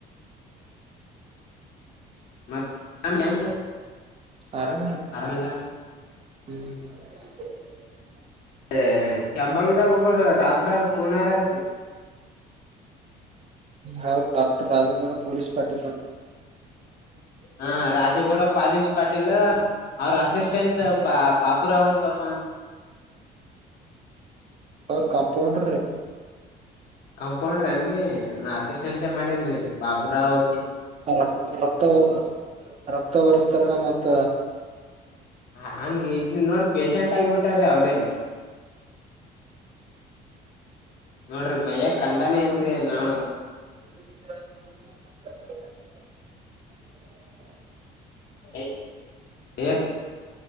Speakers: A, on the left; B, on the right.
A: ಮತ್ತ. <inaudible>
B: ಅರ.
A: ಆರಾಮಲ್ಲ.
B: ಹ್ಮ್.
A: ಎ ಕೆಂಂಬಾವಿದ ಗೊಪೂರ್ ಡಾಕ್ಟರ್ ಅ ಕುನಾರಾಲತ್ತೆ.
B: ಯಾವ ಡಾಕ್ಟರ್ ರಾಜುಗೌಡ ಪೊಲಸ್ ಪಟ್.
A: ಹಾ ರಾಜೇಗೌಡ ಪಾಲೀಸ್್ ಪಾಟೀಲ್ ಅವ್ರ ಅಸಿಸ್ಟೆಂಟ್. ಬಾ ಬಾಬುರಾವ್ ಅಂತಪ್ಪ.
B: ಅವ್ರ ಕಾಂಪೌಂಡ್ರಿ.
A: ಕಂಪೌಂಡ್ರ ಏನ್ ರಿ ನಾ ಅಸಿಸ್ಟೆಂಟೇ ಮಾಡೇನ್ೀ ಬಾಬರಾವ್.
B: ರಕ್ತ ರಕ್ತ ಹೊರ್ ರಕ್ತ ಹೊರೆಸ್ತಾರೆ ಮತ್ತ.
A: ಹ ಹಂಗೆ ಇಗ್ ನೋಡ್. ಪೇಶೆಂಟ್ ಆಗಿಬಿಟ್ಟಾರಿ ಅವ್ರೆ. ನೋಡ್ರಿ ಮಯ್ಯ ಕಂದಾನ ಇಲ್ರಿ ನಾ.
B: <inaudible>
A: ೇ. <inaudible>